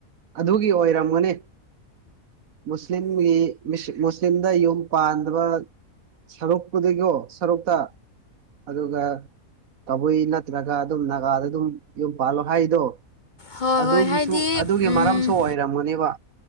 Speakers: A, on the right; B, on the left.
A: ꯑꯗꯨꯒꯤ ꯑꯣꯏꯔꯝꯒꯅꯤ ꯃꯨꯁꯂꯤꯝꯒꯤ ꯃꯨꯁꯂꯤꯝꯗ ꯌꯨꯝ ꯄꯥꯟꯗꯕ ꯁꯔꯨꯛꯄꯨꯗꯤꯀꯣ ꯁꯔꯨꯛꯇ ꯑꯗꯨꯒ ꯀꯕꯨꯏ ꯅꯠꯇ꯭ꯔꯒ ꯑꯗꯨꯝ ꯅꯥꯒꯥꯗ ꯑꯗꯨꯝ ꯌꯨꯝ ꯄꯥꯜꯂꯣ ꯍꯥꯏꯗꯣ
B: ꯍꯣꯏ
A: ꯑꯗꯨꯒꯤꯁꯨ
B: ꯍꯣꯏ ꯍꯥꯏꯗꯤ
A: ꯑꯗꯨꯒꯤ
B: ꯎꯝ
A: ꯃꯔꯝꯁꯨ ꯑꯣꯏꯔꯝꯒꯅꯦꯕ